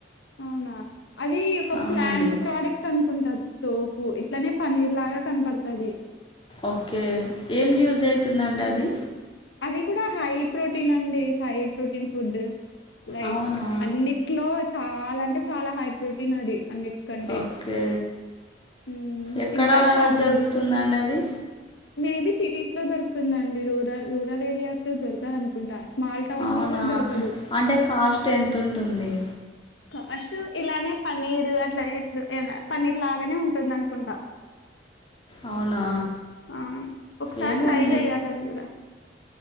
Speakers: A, on the left; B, on the left.
A: అవునా అది ఒక
B: అవునండి
A: ప్లాంట్ ప్రోడక్ట్ అనుకుంట తో పు ఇట్లానే పన్నర్ లాగా కనపడతది
B: ఓకే ఏం యూజ అయితుందండి
A: యెస్.
B: అది
A: అది గూడా హై ప్రోటీన్ అండి హై ప్రోటీన్ ఫుడ్ లైక్
B: అవునా
A: అన్ని ట్లో చాలా అంటే చాలా హై ప్రోటీన్ అది అన్ని కంటే
B: ఓకే
A: మ్
B: ఎక్కడ
A: తింటార్ చాలా
B: దొరుకుతుందండి
A: మంది
B: అది
A: మేబీ సిటీస్ లో దొరుకుతుందండి రూరల్ రూరల్ ఏరియాస్ లో దొరకదనుకుంటా స్మాల్ టౌన్స్
B: అవునా
A: లో గూడా దొరకదు
B: అంటే కాస్ట్ ఎంత ఉంటుంది
A: కాస్ట్ ఇలానే పన్నీర్ అట్లా పన్నీర్ లాగానే ఉంటుందనుకుంటా
B: అవునా
A: అవును ఒకసారి
B: ఏమొండి
A: ట్రై చెయ్యాలి అది కూడా